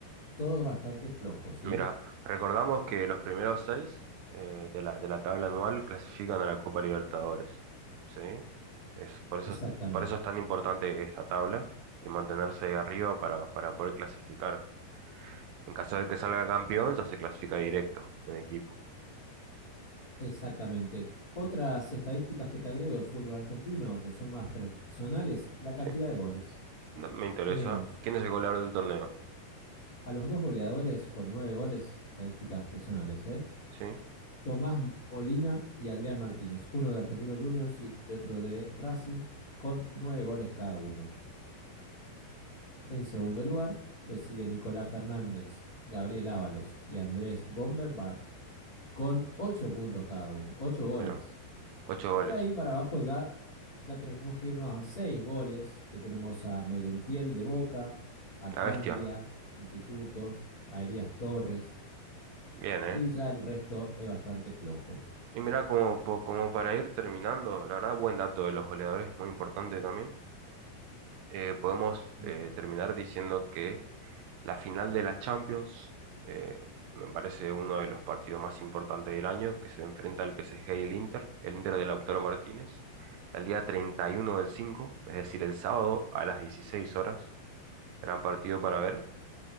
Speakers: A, on the left (about 30°); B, on the right (about 80°).
A: todos bastante flojos, ¿sí?
B: Mira, recordamos que los primeros seis eh, de la, de la tabla anual clasifican a la Copa Libertadores. ¿Sí? Es, por eso,
A: Exactamente,
B: es- por eso es tan importante esta tabla y mantenerse ahí arriba para, para poder clasificar. En caso de que salga campeón, ya se clasifica directo un equipo.
A: exactamente. Otras estadísticas que te agrego de fútbol argentino, que son más personales, la cantidad
B: ¿Sí?
A: de goles.
B: No, Me interesa.
A: Tenemos
B: ¿Quién es el goleador del torneo?
A: a los dos goleadores con nueve goles, estadísticas personales, ¿eh?
B: ¿Sí?
A: Tomás Molina y Adrián Martínez, uno de Argentinos Juniors y otro de Racing, con nueve goles cada uno. En segundo lugar, le sigue Nicolás Fernández, Gabriel Ábalos y Andrés Bomberg con 8 puntos cada uno, 8 goles.
B: Mira. Ocho goles.
A: De ahí para abajo ya, ya tenemos que irnos a 6 goles, que tenemos a Merentiel de Boca, a
B: La
A: Candia,
B: bestia.
A: Instituto, a Elías Torres,
B: Bien, ¿eh?
A: y ya el resto es bastante flojo.
B: Y mirá, como, po- como para ir terminando, la verdad, buen dato de los goleadores, muy importante también. Eh, podemos
A: Ujú.
B: eh, terminar diciendo que la final de la Champions, eh, me parece uno de los partidos más importantes del año, que se enfrenta al PSG y el Inter, el Inter de Lautaro Martínez, el día treinta y uno del cinco es decir, el sábado a las 16 horas. Gran partido para ver.